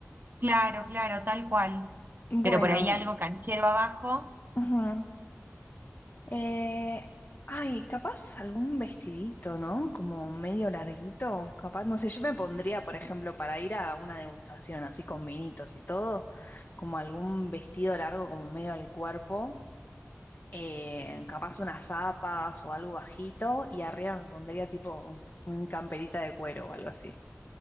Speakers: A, on the right; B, on the left.
A: Claro, claro, tal cual. Pero
B: Bueno,
A: por ahí algo canchero abajo
B: ujú. Eh, ay, capaz algún vestidito, ¿no? Como medio larguito. Capaz, no sé, yo me pondría, por ejemplo, para ir a una degustación así con vinitos y todo, como algún vestido largo como medio al cuerpo. eh, capaz unas zapas o algo bajito y arriba me pondría tipo un camperita de cuero o algo así.